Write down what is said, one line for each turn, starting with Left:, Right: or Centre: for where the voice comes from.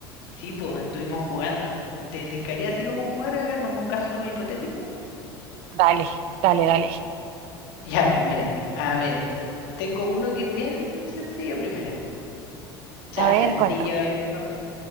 Left: Y Sí, pues estuvimos jugando. ¿Te tincaría así como jugar a- como un caso hipotético?
Right: Dale, dale, dale.
Left: <laughs> Ya, pues mira, a ver, tengo uno que es bien sencillo primero. O sea,
Right: A ver,
Left: sencillo
Right: cuéntame.
Left: en el papel.